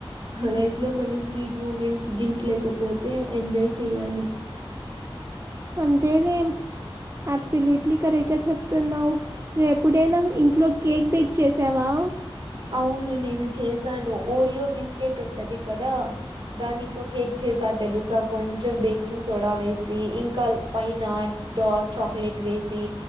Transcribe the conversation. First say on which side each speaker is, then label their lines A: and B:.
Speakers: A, on the right; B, on the right.
A: లైఫ్ లో కొన్ని స్వీట్ మూమెంట్స్ గిల్ట్ లేకపోతే ఎంజాయ్ చేయాలి
B: అంతేనేం అబ్సల్యూట్లీ కరెక్ట్ గా చెప్తున్నావు ను్వు ఎప్పుడైనా ఇంట్లో కేక్ బేక్ చేసావా
A: అవును నేను చేశాను ఓరియో బిస్కెట్ ఉంటది కదా దానితో కేక్ చేసా తెలుసా కొంచెం బేకింగ్ సోడా వేసి ఇంకా పైనట్ డార్క్ చాక్లెట్ వేసి